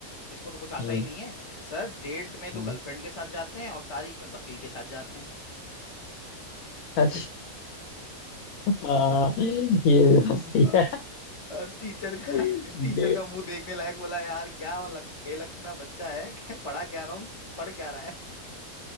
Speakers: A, on the left; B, on the left.
A: इसको तो कुछ आता
B: हम्म
A: ही नहीं है सर डेट में तो
B: हम्म।
A: गर्लफ्रेंड के साथ जाते हैं और तारीख में वकील के साथ जाते हैं
B: अच्छा हाँ, ये भी बात सही
A: <laughs>
B: है
A: टीचर का
B: <laughs>
A: टीचर
B: डेट
A: का मुंह देखने लायक बोला यार क्या लक, बेलखना बच्चा है <laughs> क्या पढ़ा क्या रहा हूँ पढ़ क्या रहा है